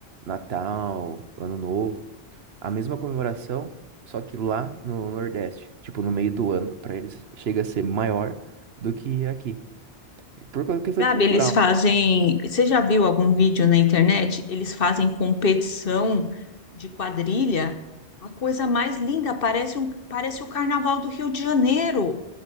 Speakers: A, on the right (about 70°); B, on the left (about 55°).
A: Natal, ano novo, a mesma comemoração, só que lá no Nordeste, tipo no meio do ano, pra eles chega a ser maior do que aqui. Por causa- questão
B: Gabi,
A: de cultural.
B: eles fazem. Você já viu algum vídeo na internet? Eles fazem competição de quadrilha. A coisa mais linda, parece um, parece o Carnaval do Rio de Janeiro.